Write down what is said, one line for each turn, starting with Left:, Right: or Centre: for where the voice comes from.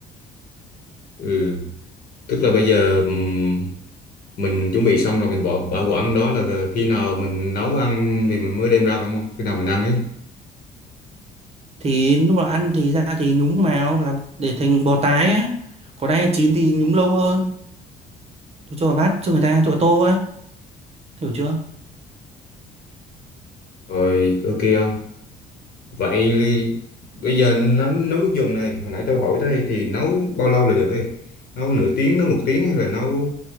Left: ừ tức là bây giờ ừm, mình chuẩn bị xong rồi mình bỏ bảo quản đó là khi nào mình nấu ăn thì mình mới đem ra phải không khi nào mình ăn ấy
Right: thì lúc nào ăn thì ra thì nhúng vào làm để thành bò tái á còn đang chín thì nhúng lâu hơn cho vào bát cho người ta cho vào tô á hiểu chưa
Left: rồi ok không vậy bây giờ nấu, nấu nước dùng này hồi nãy tôi hỏi đây thì nấu bao lâu là được ấy nấu nửa tiếng nấu một tiếng hay là nấu